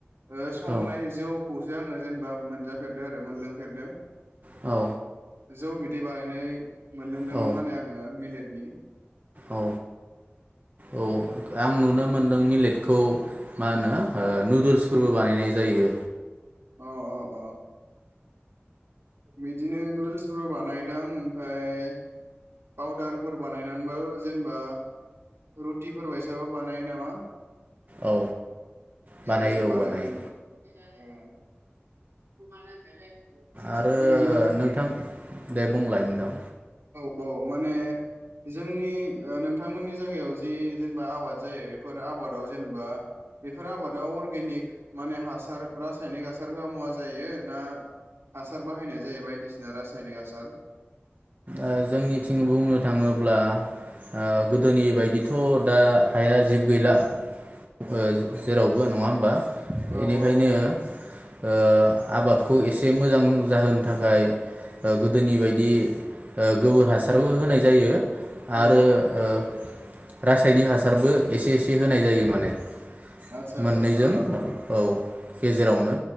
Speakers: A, on the right; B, on the right.
A: ओ संनाय
B: औ
A: जौ खौसो आङो जेनेबा मोनजाफेरदों आरो मोनलोंफेरदों।
B: औ
A: जौ बिदै बानायनाय मोनलोंदोंमोन
B: औ
A: माने आङो मिलेट <inaudible>
B: औ औ दा आं नुनो मोनदों मिलेटखौ मा होनो ओ नुदोल्सफोरबो बानायनाय जायो
A: अ अ अ बिदिनो नुदोल्सफोरबो बानायदों ओमफ्राय पावदारफोर बानायनानैबाबो जेनेबा रुटिफोर बायसाबो बानायो नामा
B: औ
A: बेबायसा
B: बानायो औ
A: बानायनानै
B: बानायो
A: ओं <unintelligible>
B: आरो
A: <inaudible> ओरैनो
B: नोंथां दे बुंलाय नोंथां
A: औ औ माने जोंनि ओ नोंथांमोननि जायगायाव जि जेनेबा आबाद जायो बेफोर आबादाव जेनेबा बेफोर आबादाव अर्गेनिक माने हासार रासायनिक हासार होआ मुवा जायो ना हासार बाहायनाय जायो बायदिसिना रासायनिक हासार
B: ओ जोंनिथिं बुंनो थाङोब्ला ओ गोदोनि बायदि थ' दा हाया जिब गैला ओ
A: औ
B: जेरावबो नङा होमबा बेनिखायनो
A: औ औ औ
B: ओ आबादखौ एसे मोजां जाहोनो थाखाय ओ गोदोनि बायदि ओ गोबोर हासारबो
A: उम
B: होनाय जायो
A: औ
B: आरो
A: औ
B: ओ रासायनिक हासारबो एसे एसे होनाय जायो माने
A: आतसा
B: मोननैजों
A: आतसा ओ ओ ओ
B: औ गेजेरावनो